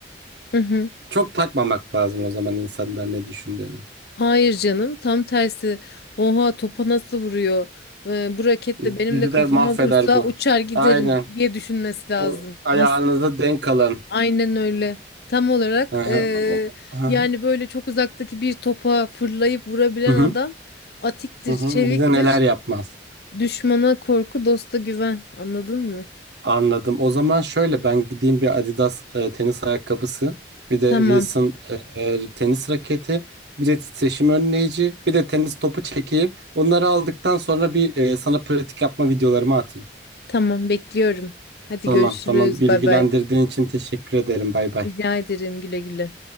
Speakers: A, on the left; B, on the right.
A: <laughs>
B: Çok takmamak lazım o zaman insanlar ne düşündüğünü.
A: Hayır canım, tam tersi. Oha topa nasıl vuruyor? Ee, bu raket
B: Bizi
A: de benim de kafama
B: de mahveder
A: vursa
B: bu.
A: uçar giderim
B: Aynen.
A: diye düşünmesi lazım.
B: O, ayağınızı
A: Has,
B: denk alın.
A: aynen öyle. Tam olarak
B: Hı hı.
A: ee,
B: O- hı
A: yani
B: hı.
A: böyle çok uzaktaki bir topa fırlayıp vurabilen
B: Hı hı.
A: adam atiktir,
B: Hı hı.
A: çeviktir.
B: Bize neler yapmaz.
A: Düşmana korku, dosta güven. Anladın mı?
B: Anladım. O zaman şöyle ben gideyim bir Adidas e, tenis ayakkabısı, bir de
A: Tamam,
B: Wilson e, tenis raketi, bir de titreşim önleyici, bir de tenis topu çekeyim. Onları aldıktan sonra bir e, sana pratik yapma videolarımı atayım.
A: tamam bekliyorum. Hadi
B: Tamam
A: görüşürüz.
B: tamam bilgilendirdiğin
A: Bay bay.
B: için teşekkür ederim. Bay bay.
A: Rica ederim güle güle.